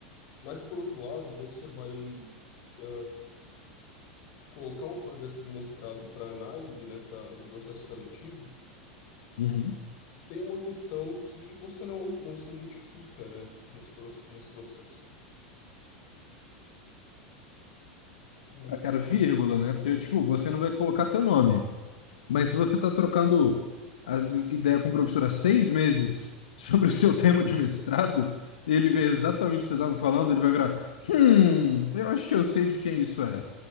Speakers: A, on the left (about 45°); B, on the left (about 65°).
A: Mas, por outro lado, quando você vai eh, colocar um projeto de mestrado para análise, né, para no processo seletivo,
B: Uhum.
A: tem uma questão que você não, não se identifica, né, nesse, pro- nesse processo. Os,
B: Ah, Cara,
A: pro-
B: vírgula,
A: os professores,
B: né? Porque, tipo, você não vai colocar teu nome. Mas se você tá trocando a ideia com o professor há seis meses <laughs> sobre o seu tema de mestrado, ele vê exatamente o que você estava falando, ele vai virar, hum, eu acho que eu sei de quem isso é.